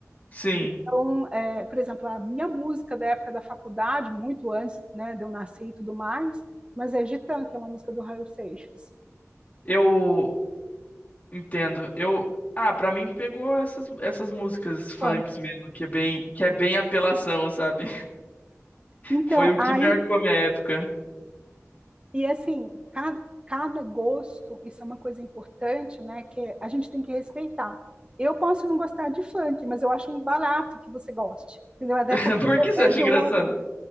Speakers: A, on the left; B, on the right.
A: sim.
B: Então, é, por exemplo, a minha música da época da faculdade, muito antes, né, de eu nascer e tudo mais, mas é Gitan, que é uma música do Raul Seixas,
A: Eu entendo. Eu. Ah, pra mim pegou essas, essas músicas funks
B: funk.
A: mesmo, que é bem, que é bem apelação, sabe?
B: Então,
A: Foi o
B: aí,
A: que marcou a minha época.
B: e assim, cada, cada gosto, isso é uma coisa importante, né, que a gente tem que respeitar. Eu posso não gostar de funk, mas eu acho um barato que você goste, entendeu? Até
A: <laughs>
B: porque
A: Por
B: é de,
A: que você
B: é
A: acha
B: de
A: engraçado?
B: um outro